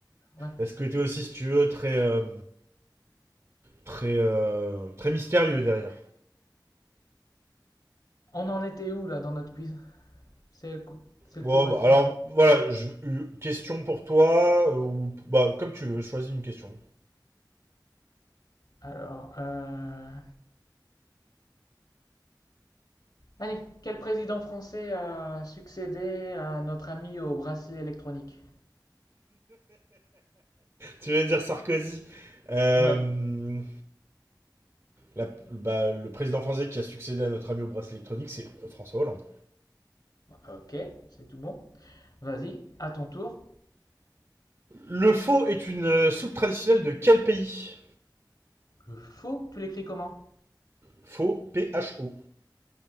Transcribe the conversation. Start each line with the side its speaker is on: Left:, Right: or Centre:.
Left: ouais.
Right: il y a ce côté aussi si tu veux, très, euh, très, euh, très mystérieux derrière.
Left: On en était où là dans notre quiz? C'est le coup- c'est
Right: Bon,
Left: le tour à
Right: bah,
Left: qui?
Right: alors voilà, je- une question pour toi, euh, ou bah, comme tu veux, choisis une question.
Left: Alors, euh, allez, quel président français a succédé à notre ami au bracelet électronique?
Right: Tu vas dire Sarkozy, Euh,
Left: Ouais.
Right: la- bah, le président français qui a succédé à notre ami au bracelet électronique, c'est François Hollande.
Left: Ok, c'est tout bon. Vas-y, à ton tour.
Right: Le faux est une euh, soupe traditionnelle de quel pays
Left: Le faux, tu l'écris comment?
Right: Faux, P-H-O.